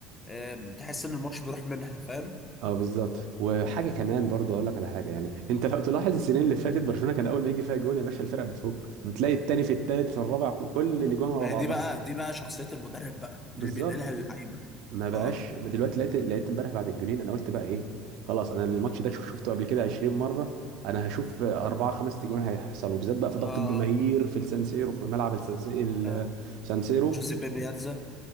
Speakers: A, on the left; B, on the right.
A: آم، تحس ان الماتش بيروح منها فاهم
B: اه بالظبط وحاجه كمان برضه اقول لك على حاجه يعني انت لو تلاحظ السنين اللي فاتت برشلونه كان اول ما يجي فيها جون يا باشا الفرقه بتفك بتلاقي التاني في التالت في الرابع كل اللي جون ورا
A: ما
B: بعضها
A: هي دي بقى دي بقى شخصية المدرب بقى اللي
B: بالظبط
A: بينقلها اللعيبة
B: ما بقاش
A: اه
B: دلوقتي لقيت لقيت امبارح بعد الجونين انا قلت بقى ايه خلاص انا الماتش ده شوف- شفته قبل كده 20 مره انا هشوف اربعه خمس تجوان هيحصلوا بالذات بقى في ضغط
A: اه
B: الجماهير
A: اه
B: في السانسيرو في ملعب السانسيرو
A: اه
B: السانسيرو
A: جوزيبي ميادزا